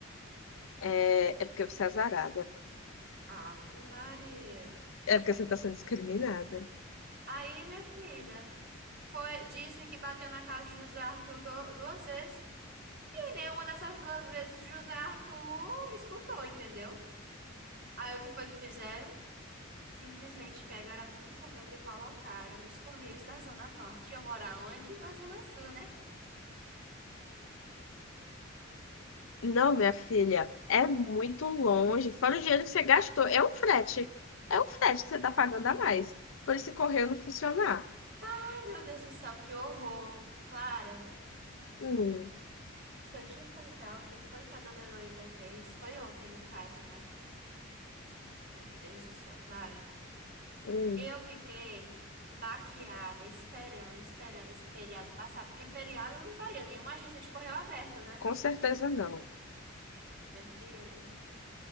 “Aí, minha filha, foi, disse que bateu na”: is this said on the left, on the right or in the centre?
Right